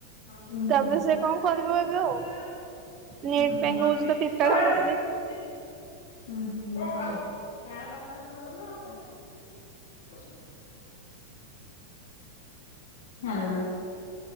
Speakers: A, on the left; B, on the right.
A: ହୁଁ।
B: ତାପରେ ସେ କଣ କରିବ ଏବେ ଆଉ
A: ହୁଁ।
B: ନିଟ୍ ପାଇଁ କହୁଛି ତ ପ୍ରିପେୟାର ହବ ବୋଲି
A: ହଁ ହୁଁ। ହ୍ୟାଲୋ।